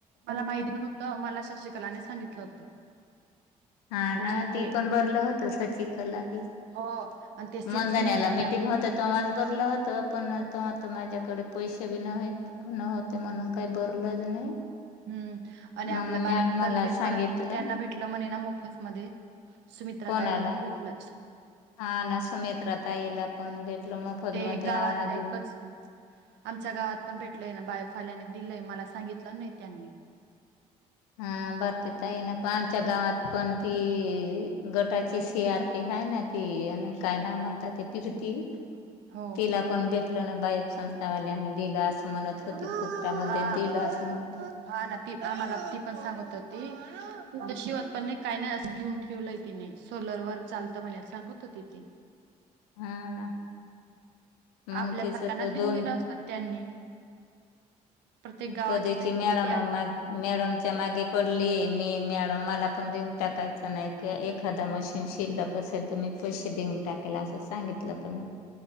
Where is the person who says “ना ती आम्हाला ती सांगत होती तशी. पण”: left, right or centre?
Right